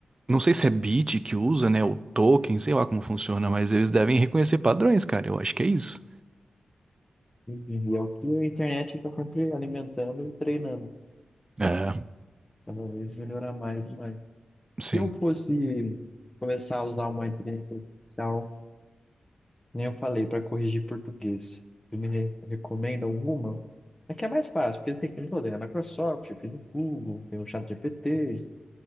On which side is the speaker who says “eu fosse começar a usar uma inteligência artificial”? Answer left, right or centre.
Left